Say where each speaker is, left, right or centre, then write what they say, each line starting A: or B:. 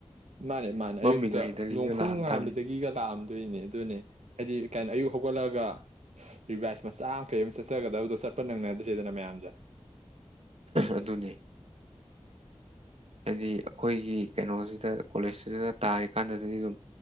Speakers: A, on the right; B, on the right.
A: ꯃꯥꯅꯦ ꯃꯥꯅꯦ
B: ꯃꯝꯃꯤꯉꯩꯗꯒꯤꯒ
A: ꯑꯌꯨꯛꯇ ꯅꯣꯡꯐꯨ
B: ꯂꯥꯛꯑꯝ
A: ꯉꯥꯟꯕꯗꯒꯤꯒ
B: ꯇꯥꯕꯅꯤ
A: ꯂꯥꯛꯑꯝꯗꯣꯏꯅꯦ ꯑꯗꯨꯅꯦ ꯍꯥꯏꯗꯤ ꯀꯥꯏꯅ ꯑꯌꯨꯛ ꯍꯧꯒꯠꯂ ꯆꯠ ꯔꯤꯚꯥꯏꯁ ꯃꯆꯥ ꯑꯃ ꯀꯩ ꯑꯃ ꯆꯠꯆꯒꯗꯕꯗꯣ ꯆꯠꯄ ꯅꯪꯅꯗ꯭ꯔꯦꯗꯅ ꯃꯌꯥꯝꯁꯦ
B: ꯑꯗꯨꯅꯤ ꯍꯥꯏꯗꯤ ꯑꯩꯈꯣꯏꯒꯤ ꯀꯩꯅꯣꯁꯤꯗ ꯀꯣꯂꯦꯖꯁꯤꯗ ꯇꯥꯔꯤꯀꯥꯟꯗꯗꯤ ꯑꯗꯨꯝ